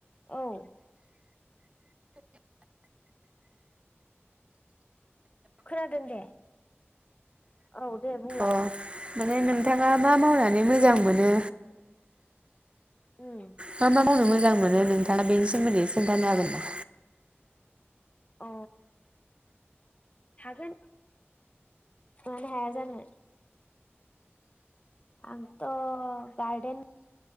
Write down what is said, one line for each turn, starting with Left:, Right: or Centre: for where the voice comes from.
Left: औ। खोनादों दे। औ दे
Right: अ
Left: बुंलाय।
Right: माने नोंथाङा मा मावनानै मोजां मोनो?
Left: उम
Right: मा मा मावनो मो जां मोनो नोंथाङा बेनि सोमोन्दै एसे खोन्थानो हागोन नामा?
Left: अ हागोन। मानो हाया जानो। आंथ' गार्डेन